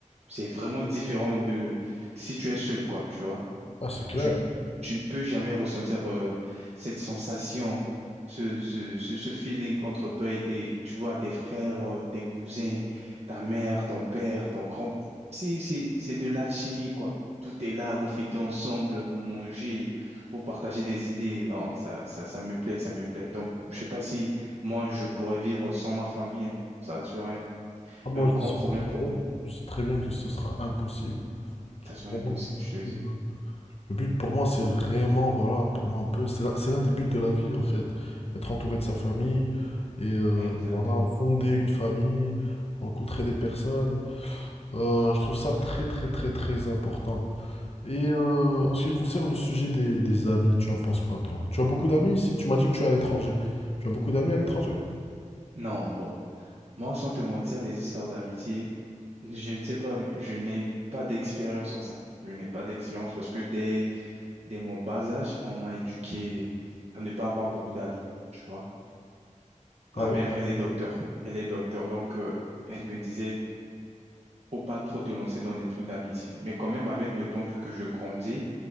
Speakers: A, on the right (about 55°); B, on the left (about 50°).
A: C'est vraiment différent de si tu es seul, quoi, tu vois.
B: Ah, c'est clair.
A: Tu, ne- tu ne peux jamais ressentir euh, cette sensation, ce, ce, ce, ce feeling entre toi et tes, tu vois, tes frères, euh, tes cousins, ta mère, ton père, ton grand. C'est, c'est, c'est de l'alchimie, quoi. Tout est là, vous fêtez ensemble, vous mangez, vous partagez des idées. Non, ça, ça, ça me plaît, ça me plaît. Donc, je sais pas si moi, je pourrais vivre sans ma famille. hein. Ça serait
B: Ah, moi,
A: un, un grand
B: je sais
A: problème
B: très
A: pour
B: bien,
A: moi.
B: je sais très bien que ce sera impossible.
A: Ça serait
B: Pour
A: impossible,
B: moi, le
A: je te le dis.
B: but, euh, le but, pour moi, c'est vraiment, voilà, pour moi un peu, c'est la- c'est l'un des buts de la vie, en fait. Être entouré de sa famille et euh,
A: Exactement.
B: voilà, fonder une famille, rencontrer des personnes. Euh, je trouve ça très très très très important. Et euh, en ce qui concerne le sujet des, des amis, tu en penses quoi toi? Tu as beaucoup d'amis ici? Tu m'as dit que tu es à l'étranger. Tu as beaucoup d'amis à l'étranger?
A: Non, bon. Moi, sans te mentir, les histoires d'amitié, je ne sais pas, je n'ai pas d'expérience en ça. Je n'ai pas d'expérience parce que dès, dès mon bas âge, on m'a éduqué à ne pas avoir beaucoup d'amis, tu vois.
B: Ah
A: Ma
B: ouais?
A: mère, elle est docteur. Elle est docteur, donc euh, elle me disait, faut pas trop te lancer dans des trucs d'amitié. Mais quand même, avec le temps, vu que je grandis,